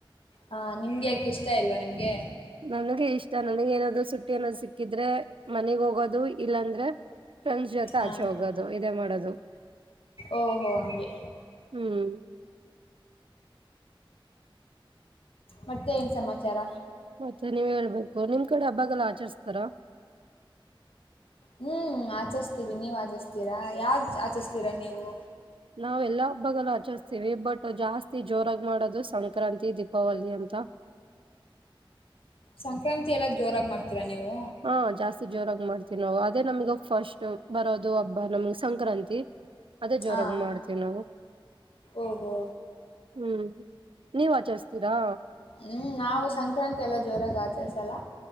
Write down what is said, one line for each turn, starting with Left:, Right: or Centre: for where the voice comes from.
Left: ಹಾ ನಿಮ್ಗೆ ಯಾಕೆ ಇಷ್ಟ ಇಲ್ವಾ ನಿಮ್ಗೆ
Right: ನನ್ಗೆ ಇಷ್ಟ ನನಗ್ ಏನಾದ್ ಸುಟ್ಟಿ ಅನೋ ಸಿಕ್ಕಿದ್ರೆ ಮನಗ್ ಹೋಗೋದು ಇಲ್ಲಾಂದ್ರೆ ಫ್ರೆಂಡ್ಸ್ ಜೊತೆ
Left: ಹಾಂ
Right: ಆಚೆ ಹೋಗೋದು ಇದೇ ಮಾಡೋದು
Left: ಓಹೋ ಹಂಗೆ
Right: ಹ್ಮ್
Left: ಮತ್ತೆ ಏನ್ ಸಮಾಚಾರ
Right: ಮತ್ತೆ ನೀವ್ ಹೇಳ್ಬೇಕು ನಿಮ್ ಕಡೆ ಹಬ್ಬಾಗೆಲ್ಲಾ ಆಚರಿಸ್ತಾರಾ
Left: ಹ್ಮ್ ಆಚಸ್ವಿ ನೀವ್ ಆಚಿಸ್ತೀರಾ ಯಾವ ಆಚಿಸ್ತೀರಾ ನೀವು
Right: ನಾವ ಎಲ್ಲಾ ಹಬ್ಬಲ್ಲೂ ಆಚರಿಸ್ತೀವಿ ಬಟ್ ಜಾಸ್ತಿ ಜೋರಾಗಿ ಮಾಡೋದು ಸಂಕ್ರಾಂತಿ ದೀಪಾವಳಿ ಅಂತ
Left: ಸಂಕ್ರಾಂತಿ ಎಲ್ಲ ಜೋರಾಗಿ ಮಾಡ್ತೀರಾ ನೀವು
Right: ಹಾ ಜಾಸ್ತಿ ಜೋರಾಗಿ ಮಾಡ್ತೀವಿ ನಾವು ಅದೇ ನಮಗ ಫಸ್ಟ್ ಬರೋದು ಹಬ್ಬ ನಮ್ಗ್ ಸಂಕ್ರಾಂತಿ ಅದೇ ಜೋರಾಗಿ
Left: ಹಾ
Right: ಮಾಡ್ತೀವಿ ನಾವು
Left: ಓಹೋ
Right: ಹ್ಮ್ ನೀವ್ ಆಚರಿಸತೀರಾ
Left: ಹ್ಮ್ ನಾವು ಸಂಕ್ರಾಂತಿ ಎಲ್ಲ ಜೋರಾಗಿ ಆಚರಿಸಲ್ಲ